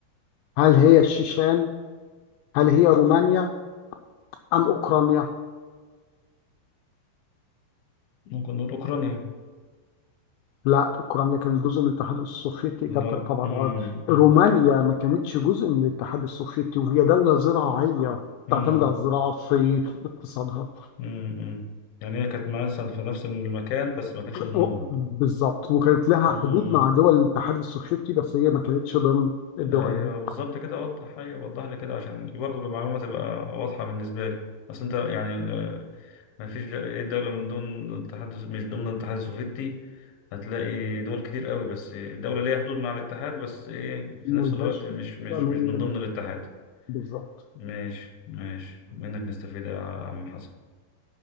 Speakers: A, on the left (about 80°); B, on the left (about 65°).
A: هل هي الشيشان هل هي رومانيا ام اوكرانيا
B: ممكن نقول اوكرانيا
A: لا أوكرانيا كانت جزء من الاتحاد السوفيتي إجابتك
B: لا
A: طبعا
B: امم
A: غلط
B: امم
A: رومانيا ما كانتش جزء من الاتحاد السوفيتي وهي دولة زراعية
B: امم
A: تعتمد على الزراعة في اقتصادها
B: امم يعني هي كانت مثلا في نفس المكان بس ما كانتش
A: أو-
B: ضمنهم
A: بالظبط وكانت لها
B: امم
A: حدود مع دول الاتحاد السوفيتي بس هي ما كانتش ضمن الدول
B: ايوه
A: دي
B: بالظبط كده وضح ايوه وضح لي كده عشان برضه المعلومه تبقى واضحه بالنسبه لي بس انت يعني ما فيش دولة من ضمن الاتحاد مش ضمن الاتحاد السوفيتي هتلاقي دول كتير قوي بس دولة ليها حدود مع الاتحاد بس ايه في نفس
A: ملهاش
B: الوقت مش مش
A: تمام
B: مش من ضمن الاتحاد
A: بالظبط
B: ماشي ماشي منك نستفيد يا عم حسن